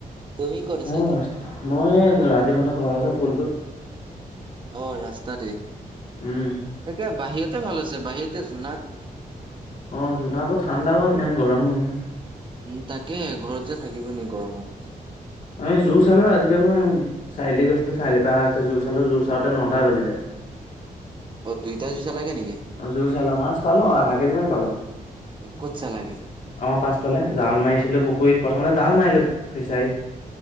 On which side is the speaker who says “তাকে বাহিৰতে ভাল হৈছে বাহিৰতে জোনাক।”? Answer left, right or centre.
Right